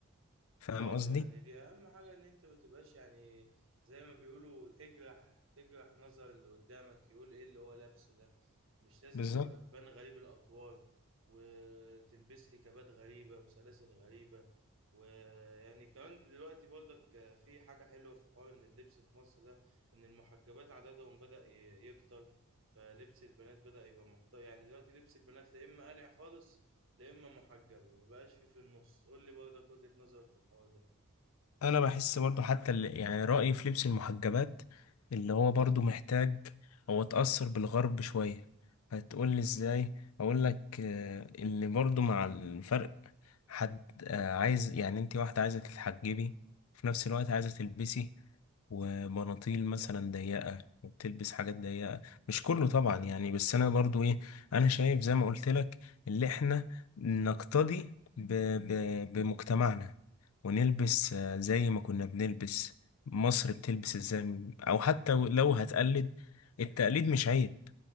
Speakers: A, on the left; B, on the right.
A: فاهم
B: اه
A: قصدي
B: يعني دي اهم حاجة ان انت ما تبقاش يعني زي ما بيقولوا تجرح تجرح نظر اللي قدامك يقول ايه اللي هو لابسه ده مش لازم
A: بالظبط
B: تبقى تبان غريب الاطوار وتلبس لي كبات غريبة وسلاسل غريبة ويعني كمان دلوقتي برضك في حاجة حلوة في حوار ان اللبس في مصر ده ان المحجبات عددهم بدأ ي- يكتر فلبس البنات بدأ يبقى محتار يعني دلوقتي لبس البنات لا اما قلع خالص لا اما محجبه ما بقاش في في النص قول لي برضك وجهة نظرك في الحوار ده
A: انا بحس برضو حتى ال- يعني رأيي في لبس المحجبات اللي هو برضو محتاج هو اتأثر بالغرب شوية هتقول لي ازاي اقول لك آه، اللي برضو مع الفرق حد آه، عايز يعني انت واحدة عايزة تتحجبي في نفس الوقت عايزة تلبسي وبناطيل مثلا ضيقة وبتلبس حاجات ضيقة مش كله طبعا يعني بس أنا برضو إيه أنا شايف زي ما قلت لك اللي إحنا نقتدي ب... ب... بمجتمعنا ونلبس آه، زي ما كنا بنلبس مصر بتلبس ازاي او حتى لو هتقلد التقليد مش عيب